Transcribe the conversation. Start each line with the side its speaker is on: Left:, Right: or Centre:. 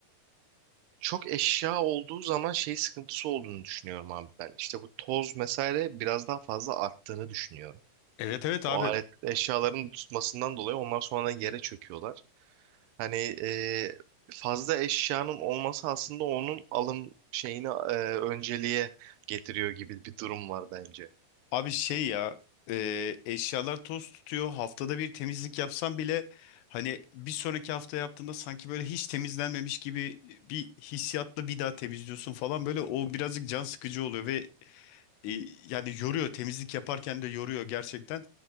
Right: çok eşya olduğu zaman şey sıkıntısı olduğunu düşünüyorum abi ben. İşte bu toz vesaire biraz daha fazla arttığını düşünüyorum.
Left: Evet evet abi.
Right: O alet eşyaların tutmasından dolayı onlar sonra yere çöküyorlar. Hani e, fazla eşyanın olması aslında onun alım şeyini e, önceliğe getiriyor gibi bir durum var bence.
Left: Abi şey ya e, eşyalar toz tutuyor. Haftada bir temizlik yapsam bile hani bir sonraki hafta yaptığında sanki böyle hiç temizlenmemiş gibi bir hissiyatla bir daha temizliyorsun falan böyle o birazcık can sıkıcı oluyor ve E, yani yoruyor temizlik yaparken de yoruyor gerçekten.